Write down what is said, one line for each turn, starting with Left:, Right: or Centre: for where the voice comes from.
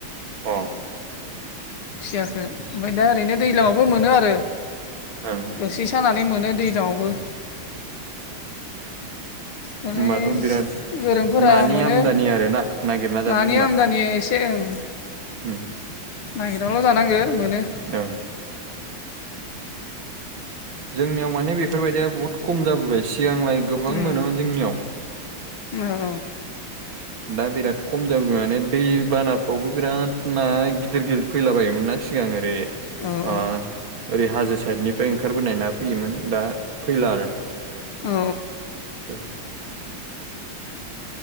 Right: अह।
Left: खुसियाखो ओमफाय दा ओरैनो दैज्लांआवबो मोनो आरो
Right: ओं
Left: बो सि सानानै मोनो दैज्लांआवबो। माने
Right: होमबाथ' बिराद
Left: गोरोंफोरा
Right: नानि
Left: मोनो
Right: आमदानि आरो ना नागिरना जानो
Left: नानि
Right: रोंबा
Left: आमदानि एस से उम।
Right: उम।
Left: नागिरनानैल' जानांगो मोनो।
Right: ओं। जोंनियाव माने बेफोरबायदिया बहुद खम जाबोबाय सिगांलाय गोबां
Left: उम
Right: मोनोमोन जोंनियाव
Left: औ औ।
Right: दा बिराद खम जाबाय माने दैबानाफ्रावबो बिराद ना गिदिर गिदिर फैलाबायोमोन ना सिगां ओरै
Left: औ।
Right: बा ओरै हाजो साइडनिफ्राय ओंखारबोनाय ना फैयोमोन दा फैला आरो।
Left: औ
Right: ओ।